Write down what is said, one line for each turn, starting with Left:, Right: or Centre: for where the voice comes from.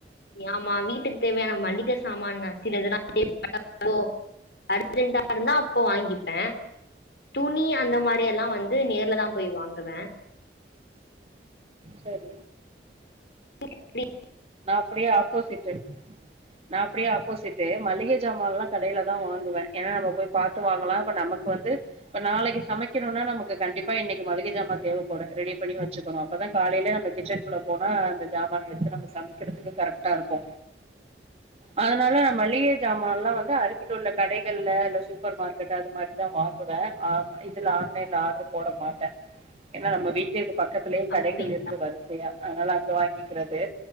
Left: ஆமா வீட்டுக்கு தேவையான மளிகை சாமான் நா சில்லா தேட்டோ அர்ஜென்டா இருந்தா அப்போ வாங்கிப்பே தூ நீ அந்த மாதிரி
Right: ம்,
Left: எல்லா வந்து நேர்ல தா போய் வாங்குவ
Right: சரி
Left: இப்டி
Right: அப்படியே ஆப்போசிட்டு நா அப்படியே ஆப்போசிட்டு மளிக சாமால்லா கடையில தா வாங்குவே ஏன்னா ந போ் பத்த வாங்கலா நமக்கு வந்து நாளைக்கு சமைக்கணும்னா நமக்கு கண்டிப்பா இன்னைக்கு மளிகை சாமான் தேவைப்படு ரெடி பண்ணி வச்சுக்கணும் அப்பதா காலயில ந கிச்குள்ள போனா அந்த ஜமன் எடுத்து சமை இருகிறதுக் கரெக்ட்டா இருக்கு அதனால நான் மளிகை சாமான் எல்லாவந்து அருகில உள்ள கடைகள்ளா இல்ல சூப்பர் மார்க்கெட் அது மாதிரிதா வாங்குவே ஆன்லைன்ல ஆர்டர் போட மாட்ட என்ன நம்ம வீட்ட பக்கத்திலேயே கடைகள்
Left: அப்டிங்க
Right: இருக் வரிசயா அதனால அங்க வாங்ககிறது